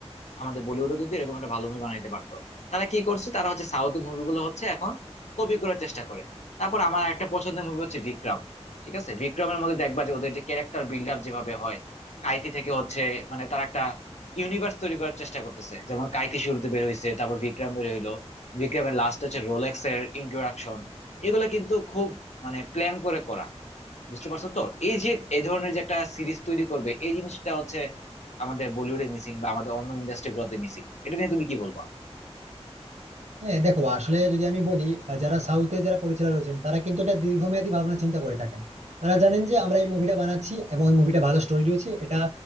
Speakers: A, on the left; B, on the right.
A: আমাদের বলিউডও কিন্তু এরকম একটা ভালো মুভি বানাইতে পারতো তারা কি করছে তারা হচ্ছে সাউথ মুভিগুলো হচ্ছে এখন কপি করার চেষ্টা করে তারপর আমার একটা পছন্দের মুভি হচ্ছে বিক্রম ঠিক আছে বিক্রমের মধ্যে দেখবা যে ওদের যে ক্যারেক্টার বিল্ড আপ যেভাবে হয় কাইতি থেকে হচ্ছে মানে তারা একটা ইউনিভার্স তৈরি করার চেষ্টা করতেছে যেমন কাইতি শুরুতে বের হয়েছে তারপর বিক্রম বের হইলো বিক্রমের লাস্ট হচ্ছে রোলেক্স এর ইন্ট্রোডাকশন এগুলো কিন্তু খুব মানে প্ল্যান করে করা বুঝতে পারছো তো এই যে এই ধরনের যে একটা সিরিজ তৈরি করবে এই জিনিসটা হচ্ছে আমাদের বলিউডে মিসিং বা আমাদের অন্য ইন্ডাস্ট্রি গুলোতে মিসিং এটা নিয়ে তুমি কি বলবো
B: হ্যাঁ দেখো আসলে যদি আমি বলি আহ, যারা সাউথে যারা পরিচালক রয়েছেন তারা কিন্তু একটা দীর্ঘমেয়াদী ভাবনা চিন্তা করে থাকেন তারা জানেন যে আমরা এই মুভিটা বানাচ্ছি এবং এই মুভিটা ভালো স্টোরি রয়েছে এটা